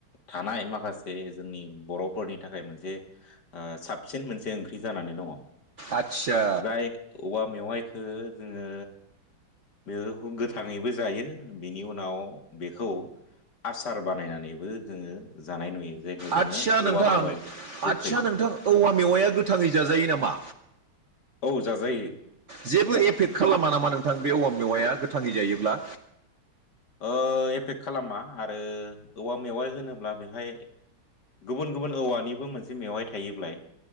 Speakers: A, on the left; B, on the right.
A: थानाय माखासे जोंनि बर'फोरनि थाखायमोनसे ओ साबसिन मोनसे ओंख्रि जानानै दङ।
B: आदसा
A: जाय औवा मेवाइखो जोङो बे गोथाङैबो जायो बेनि उनाव बेखौ आसार बानायनानैबो जोङो जानाय नुयो। जायखौ जोङो
B: आदसा
A: औवा
B: नोंथां।
A: मेवाइ गोखै
B: आदसा नोंथां। औवा मेवाया गोथाङै जाजायो नामा?
A: औ जाजायो।
B: जेबो एफेक्ट खालामा नामा नोंथां? बे औवा मेवाया गोथाङै जायोब्ला?
A: ओ एफेक खालामा। आरो औवा मेवाइ होनोब्ला बेहाय गुबुन गुबुन औवानिबो मोनसे मेवाय थायोब्लाय